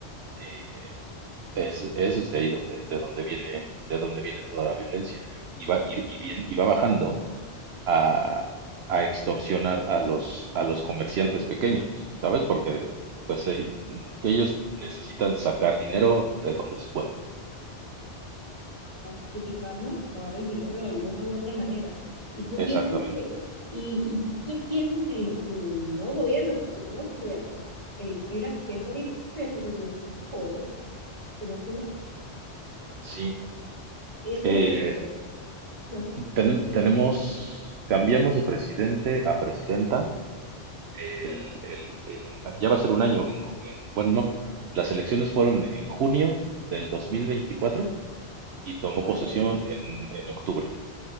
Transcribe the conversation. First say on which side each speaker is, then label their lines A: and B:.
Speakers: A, on the right (about 65°); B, on the right (about 35°).
A: eh, Es, eso es de ahí donde, de donde viene, de donde viene toda la violencia. Y va, y, y bien- y va bajando a, a extorsionar a los, a los comerciantes pequeños, ¿sabes? Porque pues eh, ellos necesitan sacar dinero de donde se pueda.
B: a justificarnos, lavar el dinero de alguna u otra manera. Y tú piensas
A: Exactamente.
B: que, y, y qué piensas del, del nuevo gobierno, porque creo que o sea, el, hay una presidenta ahorita que se posesionó hace poco, ¿verdad? Si no estoy mal,
A: Sí.
B: ella tiene
A: Eh,
B: poquito, no,
A: tenem-
B: del
A: tenemos,
B: año,
A: cambiamos de presidente a presidenta. El,
B: se-
A: el- en- ya va a ser un año. en ju- en- bueno, no. Las elecciones fueron en junio del 2024 y tomó
B: ah,
A: posesión
B: el año-
A: en, en octubre.